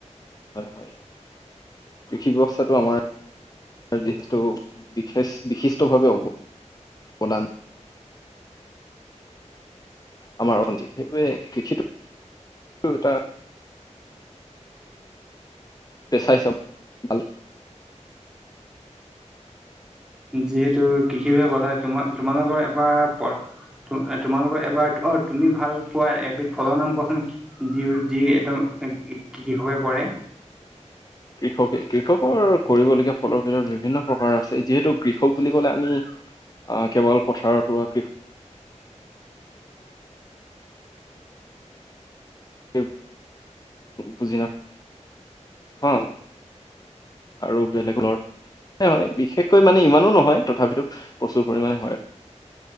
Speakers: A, on the left (about 30°); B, in the centre.
A: হয় হয় কৃষি ব্যৱস্থাটো আমাৰ যিহেতু বিশেচ বিশিষ্টভাৱে অৱদান আমাৰ অতিত সেইবাবে কৃষিটো এটা, পেচাই চব ভাল
B: যিহেতু কৃষি বিভাগে কলে তোমাৰ তোমালোকৰ এবাৰ পঢ তোমালোকৰ এবাৰ অ তুমি ভাল পোৱা এবিধ ফলৰ নাম কোৱাচোন দি দি একদম কৃষকে কৰে
A: কৃষকে কৃষকৰ কৰিবলগীয়া ফলৰ ভিতৰত বিভিন্ন প্ৰকাৰৰ আছে যিহেতু কৃষক বুলি কলে আমি অহ কেৱল পথাৰত ৰোৱা কৃষ
B: <inaudible>
A: সে বুজি না হ'য়। আৰু বেলেগৰ ন হয় বিশেষকৈ মানে ইমানো নহয় তথাপিতো প্ৰচুৰ পৰিামানে হয় আৰু